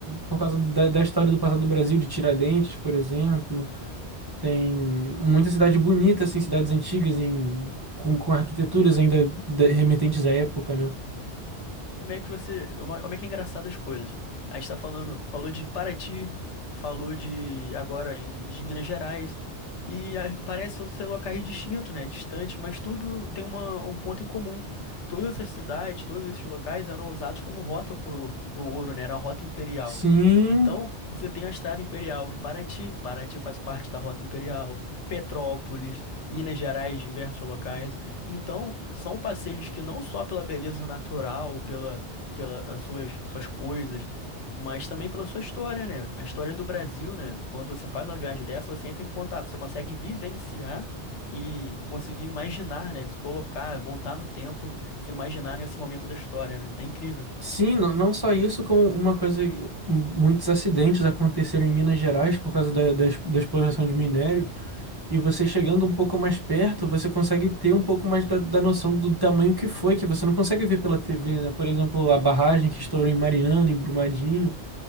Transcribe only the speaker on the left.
É meio que você. É uma- é meio que é engraçado as coisas. A gente tá falando, falou de Paraty, falou de agora em- de Minas Gerais. E a- parece ser locais distintos, né? Distantes, mas tudo tem uma, um ponto em comum. Todas essas cidades, todos esses locais eram usados como rota pro, pro ouro, né? Era uma rota imperial.
Então, você tem a Estrada Imperial em Paraty, Paraty faz parte da Rota Imperial, Petrópolis, Minas Gerais, diversos locais. Então, são passeios que não só pela beleza natural, pela, pela as suas, suas coisas, mas também pela sua história, né? A história do Brasil, né? Quando você faz uma viagem dessa, você entra em contato, você consegue vivenciar e conseguir imaginar, né? Se Colocar, voltar no tempo, se imaginar nesse momento da história, né? É incrível.